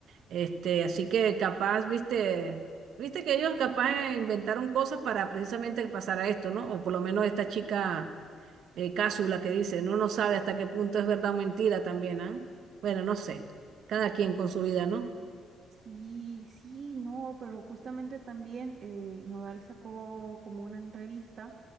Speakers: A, on the right; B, on the right.
A: Este, así que capaz, viste, viste que ellos capaz eh, inventaron cosas para precisamente pasar a esto, ¿no? O por lo menos esta chica eh, Cásula que dice, no no sabe hasta qué punto es verdad o mentira también, ¿ah? Bueno, no sé, cada quien con su vida, ¿no?
B: Sí, sí, no, pero justamente también eh, Nodal sacó como una entrevista,